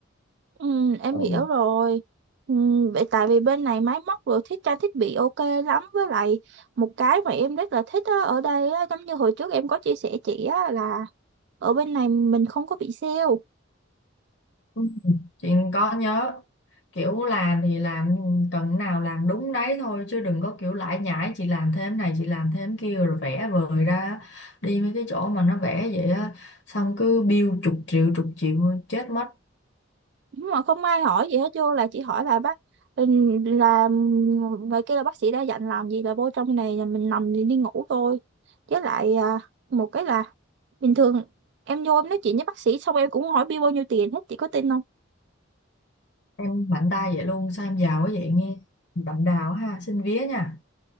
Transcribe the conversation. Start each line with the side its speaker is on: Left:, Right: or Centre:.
Right: Ừ, em
Left: ừ.
Right: hiểu rồi. Ừ, vậy tại vì bên này máy móc rồi thiết trang thiết bị ok lắm với lại một cái mà em rất là thích á, ở đây á, giống như hồi trước em có chia sẻ chị á, là ở bên này mình không có bị sale
Left: Ừ. chị có nhớ kiểu làm thì làm cần nào làm đúng đấy thôi chứ đừng có kiểu lải nhải chị làm thêm này chị làm thêm kia rồi vẽ vời ra đi mấy cái chỗ mà nó vẽ vậy á xong cứ bill chục triệu chục triệu chết mất
Right: nhưng mà không ai hỏi gì hết vô là chỉ hỏi là bác ừ, là người kia là bác sĩ đã dặn làm gì là vô trong này là mình nằm thì đi ngủ thôi với lại à, một cái là bình thường em vô em nói chuyện với bác sĩ xong em cũng hỏi bill bao nhiêu tiền hết chị có tin không
Left: em mạnh tay vậy luôn sao em giàu quá vậy nghe đậm đào ha xin vía nha